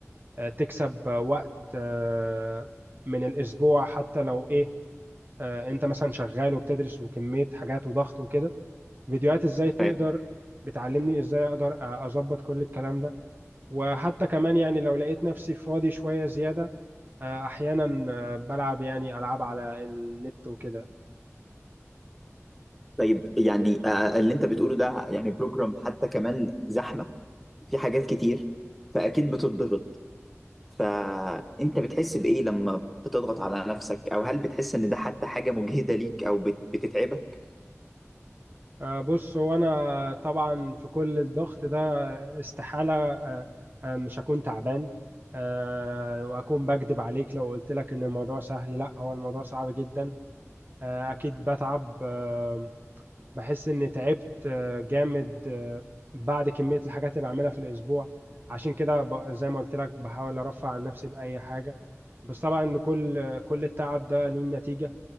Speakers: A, on the right; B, in the centre.
A: آه، تكسب آه، وقت آه، من الاسبوع حتى لو ايه آه، انت مثلا شغال وبتدرس وكمية حاجات وضغط وكده فيديوهات ازاي تقدر
B: طيب
A: بتعلمني ازاي اقدر آه، اظبط كل الكلام ده وحتى كمان يعني لو لقيت نفسي فاضي شوية زيادة آه، احيانا آه، بلعب يعني العاب على النت وكده
B: طيب يعني آه، اللي انت بتقوله ده يعني بروجرام حتى كمان زحمه في حاجات كتير فاكيد بتضغط فانت بتحس بايه لما بتضغط على نفسك او هل بتحس ان ده حتى حاجه مجهده ليك او بت- بتتعبك
A: آه، بص هو انا طبعا في كل الضغط ده استحالة آه، آه، مش هكون تعبان آه، وهكون بكذب عليك لو قلت لك ان الموضوع سهل لا هو الموضوع صعب جدا آه، اكيد بتعب آه، بحس اني تعبت آه، جامد آه، بعد كمية الحاجات اللي بعملها في الاسبوع عشان كده ب- زي ما قلت لك بحاول ارفع عن نفسي بأي حاجة بس طبعا إن كل كل التعب ده ليه نتيجة